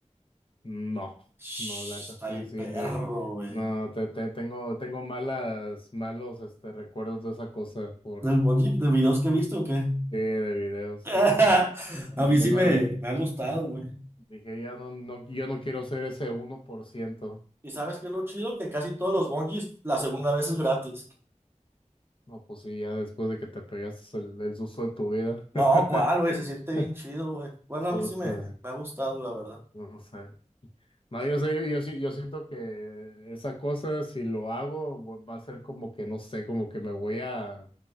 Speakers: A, on the left; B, on the right.
A: No,
B: Shh,
A: no, la neta
B: Está
A: sí,
B: bien
A: sí
B: perro,
A: me
B: güey.
A: no te, te- tengo tengo malas malos este recuerdos de esa cosa por
B: ¿Del bungee? ¿De videos que he visto o qué?
A: eh, de videos,
B: <laughs>
A: sí, no. Y
B: A mí sí
A: nada
B: me, me ha gustado, güey.
A: Dije, ya no, no, yo no quiero ser ese uno por ciento
B: ¿Y sabes qué es lo chido? Que casi todos los bungee la segunda vez es gratis.
A: No, pues sí, ya después de que te pegaste el, el susto de tu vida.
B: No,
A: <laughs>
B: ¿cuál, Güey, se siente bien chido, güey. Bueno,
A: Puta,
B: a mí sí me, me ha gustado, la verdad.
A: no sé. No,
B: Sí.
A: yo sé, yo, yo, sí- yo siento que esa cosa, si lo hago, vo- va a ser como que, no sé, como que me voy a,